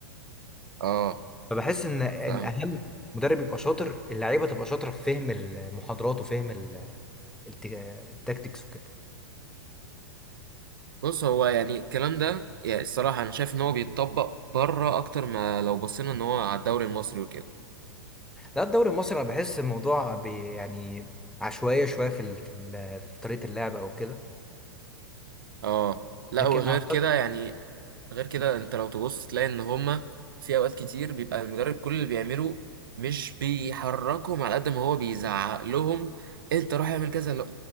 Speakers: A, on the right (about 60°); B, in the centre.
A: آه
B: فبحس إن إن
A: فاهم
B: أهم مدرب يبقى شاطر اللعيبة تبقى شاطرة في فهم المحاضرات وفهم ال- الت- التكتيكس وكده
A: بص هو يعني الكلام ده يعني الصراحة أنا شايف إن هو بيتطبق بره أكتر ما لو بصينا إن هو على الدوري المصري وكده
B: لا الدوري المصري انا بحس الموضوع بي يعني عشوائيه شويه في ال... في, ال... في طريقه اللعب او كده
A: اه لا
B: لكن
A: وغير
B: اعتقد
A: كده يعني غير كده أنت لو تبص تلاقي إن هما في أوقات كتير بيبقى المدرب كل اللي بيعمله مش بيحركهم على قد ما هو بيزعق لهم أنت روح اعمل كذا لا